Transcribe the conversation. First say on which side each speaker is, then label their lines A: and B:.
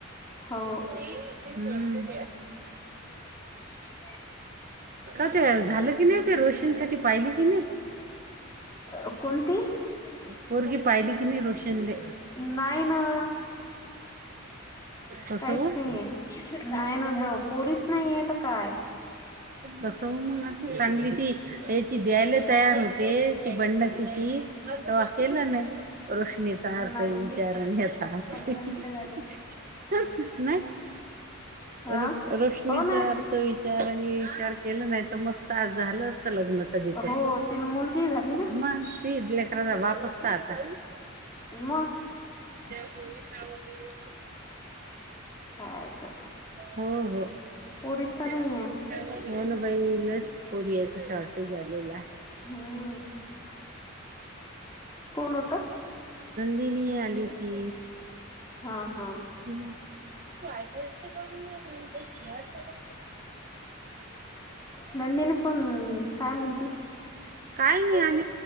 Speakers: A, on the left; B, on the right.
A: हो
B: बाई हम्म.
A: <inaudible>
B: का ते झालं की नै ते रोशन साठी पाहिली कि नै?
A: अ कोन? <unintelligible>
B: पोरगी पाहिली की नायी रोष शंदे
A: नाही ना
B: कस
A: काहीच
B: वो? <inaudible>
A: नाहीये नाही ना जाऊ पोरीच नाहीये तर काय
B: कस हो मंग आता चांगली ती ची द्यायला तयार होते ती बंड किती तव्हा केलं नाही. रोशनीचा
A: नाही
B: अर्थ विचारून
A: ना
B: <unintelligible>
A: अकरा मिनिटं झाले
B: नाही
A: हा
B: रोश रोशनीचा
A: हो ना
B: अर्थ विचार आणि केलं नाही तर मस्त आज झालं असतं लग्न कधीचच
A: हो तिला मुलगी झाली ना
B: मग <unintelligible> करा वापसता आता
A: म
B: विटा वगैरे
A: काय तर
B: हो हो, हो
A: पोरीस तर
B: नं.
A: नाहीये
B: <unintelligible> याचं शॉर्टेज आलेलं आहे.
A: हम्म कोण होतं?
B: तीनी आली होती.
A: हा. हा
B: हम्म त आठ वाजता <inaudible>
A: नंदिनी पण काय म्हणती
B: काय नै आली.